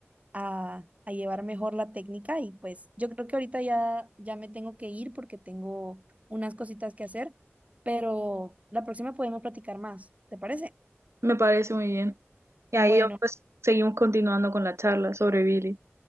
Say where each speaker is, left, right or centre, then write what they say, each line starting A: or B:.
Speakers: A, on the right; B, on the right.
A: a, a llevar mejor la técnica y pues yo creo que ahorita ya, ya me tengo que ir porque tengo unas cositas que hacer, pero la próxima podemos platicar más, ¿te parece?
B: me parece muy bien. Y
A: Bueno.
B: ahí yo, pues seguimos continuando con la charla sobre Billy.